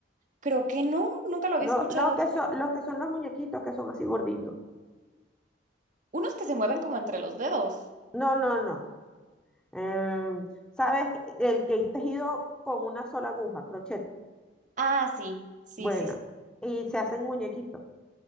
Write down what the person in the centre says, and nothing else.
Lo,
lo que son, los que son los muñequitos que son así gorditos.
No, no, no. Em, ¿sabes? El que es tejido con una sola aguja, crochet.
Bueno,
y se hacen muñequitos.